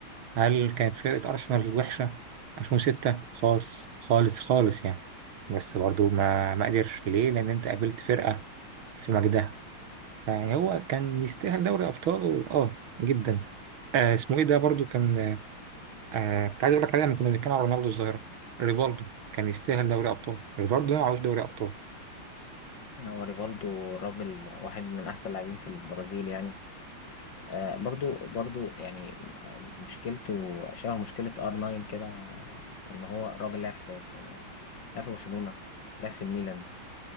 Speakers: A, on the right; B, on the left.
A: هل كانت فرقة أرسنال وحشة 2006 خالص خالص خالص يعني بس برضو ما ما قدرش ليه لأن أنت قابلت فرقة في مجدها يعني هو كان يستاهل دوري أبطال و- آه جدا آه اسمه إيه ده برضو كان آه كنت عايز أقول لك عليه لما كنا بنتكلم على رونالدو الظاهرة ريفالدو كان يستاهل دوري أبطال ريفالدو ده معهوش دوري أبطال
B: هو ريفالدو راجل واحد من احسن اللاعبين في البرازيل يعني آه برضو برضو يعني آه، مشكلته شبه مشكله ار 9 كده آه، ان هو راجل لعب في في لعب في برشلونه لعب في الميلان